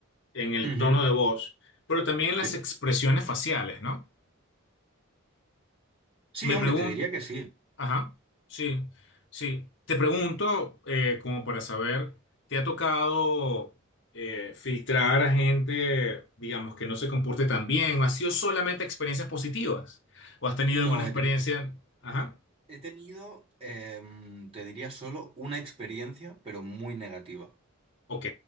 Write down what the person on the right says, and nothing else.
Ujú.
Sí.
Sí,
hombre,
te diría que sí.
No,
he, teni-
he tenido, em, te diría solo una experiencia, pero muy negativa.